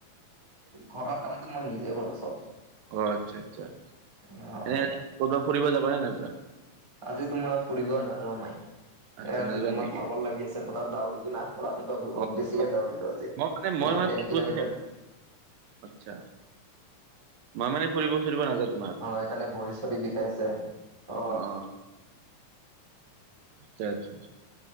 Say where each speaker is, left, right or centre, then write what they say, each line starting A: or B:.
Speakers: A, on the right (about 25°); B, on the right (about 80°).
A: ঘৰত কামটো মই নিজে কৰো চব,
B: অ আচ্ছা আচ্ছা
A: অঁ
B: এনে
A: অঁ।
B: ক'ৰবাত ফুৰিব যাবা নে নোযোৱা?
A: আজি তোমাৰ ফুৰিব নাযাওঁ মই,
B: আচ্ছা
A: এ আজি
B: নাযোৱা
A: তোমাৰ
B: নেকি?
A: ভাগৰ লাগি আছে। পুৰা দাউৰিলো না ৰাতিপুৱা বহুত
B: অ',
A: বেছিকে
B: অ',
A: দাউৰিলো আজি।
B: মই মই
A: তোমাৰ
B: মানে
A: টেন
B: থাকিব
A: কিলোমিটাৰ
B: পৰা নাই। আৎচ্ছা। মই মানে ফুৰিব চুৰিব নাজাওঁ তোমাৰ।
A: অঁ' সেইকাৰণে ভৰি চৰি বিষাই আছে।
B: অঁ
A: অ
B: অঁ' আৎচ্ছা আৎচ্ছা।